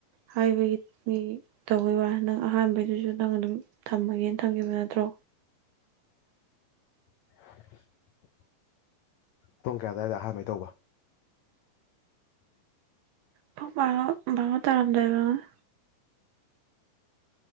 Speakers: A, on the right; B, on the left.
A: ꯍꯥꯏꯕꯒꯤ ꯃꯤ꯫ ꯇꯧꯕꯩ ꯋꯥ ꯅꯪ ꯑꯍꯥꯟꯕꯩꯗꯨꯁꯨ ꯅꯪ ꯑꯗꯨꯝ ꯊꯝꯃꯒꯦꯅ ꯊꯝꯈꯤꯕ ꯅꯠꯇ꯭ꯔꯣ꯫
B: <inaudible> ꯄꯨꯡ ꯀꯌꯥ ꯑꯗꯥꯏꯗ ꯑꯍꯥꯟꯕꯩ ꯇꯧꯕ꯫
A: ꯄꯨꯡ ꯕꯥꯔꯣ ꯕꯥꯔꯣ ꯇꯥꯔꯝꯗꯥꯏ ꯑꯣꯢꯔꯝꯅꯤ꯫